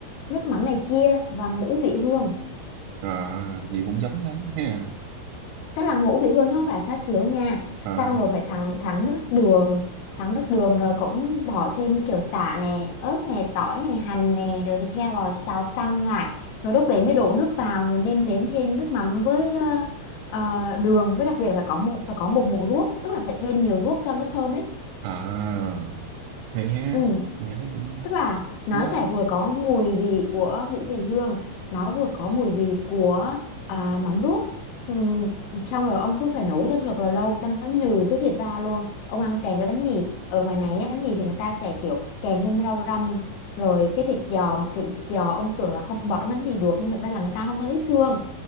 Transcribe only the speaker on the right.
à gì cũng giống lắm ha
à,
à hay ha
nghe thấy cũng
nó